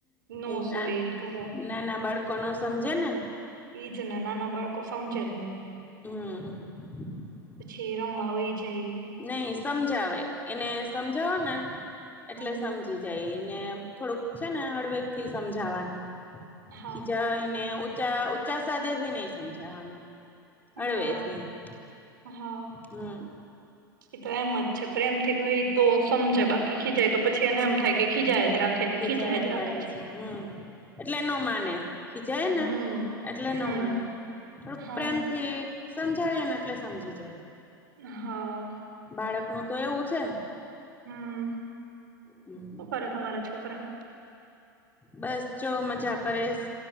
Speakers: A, on the right; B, on the left.
A: નો
B: ઈ
A: સુવે
B: ના
A: ઈ ઘરે
B: નાના બા કોનો સમજે ને
A: ઈજ ને નાના બાળકો સમજે જ નહી.
B: હમ્મ.
A: પછી ઈ રમવા વઈ જાય. ઈ.
B: નહી સમજાવાય એને. સમજોને. એટલે
A: હમ
B: સમજી જાય. ને થોડુંક છે ને હળવેક થી સમજાવાનું.
A: હા
B: ખી જાયને ઉ ઊંચા સાથેધ થી નહી સમજાવાનું. અળવેથી
A: હા હા
B: હમ્મ.
A: એ તો એમ જ છે પ્રેમથી કોઈ તો. સમજે બાકી ખી જાય તો પછી એને એમ થાય કે. ખીજાય. જ રાખે છે
B: ખીચાયા
A: ખીજાય જ
B: કરે
A: રાખે
B: છે હમ્મ એટલે ન માને. ખીજાય
A: હમ
B: ને એટલે ન
A: હમ
B: માને, થોડુંક
A: હા
B: પ્રેમથી સમજાવીયે ને એટલે સમજી જાય.
A: હાં.
B: બાળકનું તો એવું છે
A: હમ્મ,
B: હમ
A: શું કરે તમારા છોક્ કરા
B: બસ જો મજા કરે સ.